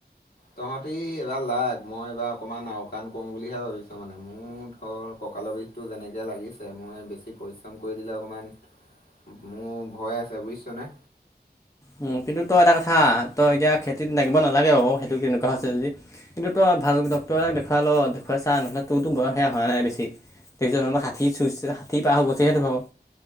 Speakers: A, on the left; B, on the left.
A: তহঁতি এইবাৰ লাগ মই এইবাৰ অকণমান আওকাণ কৰো বুলিহে ভাবিছোঁ মানে মোৰ ধৰ। কঁকাল বিষটো যেনেকৈ লাগিছে মই বেছি পৰিশ্ৰম কৰি দিলে অকণমান। মোৰ ভয় আছে বুজিছনে।
B: উম কিন্তু তই এটা কথা তই এতিয়া খেতিত নাগিব নালাগে আক সেইটো এনেকুৱা হৈছে যদি। কিন্তু তই ভাল ডাক্তৰক দেখুৱাই ল' দেখুৱাই চা নহলে তোৰত বয়সেয়া হোৱা নাই বেছি। এইয়ে তেওঁলোকৰ ষাঠি চুইছে ষাঠি পাৰ হৈ গৈছে ধৰ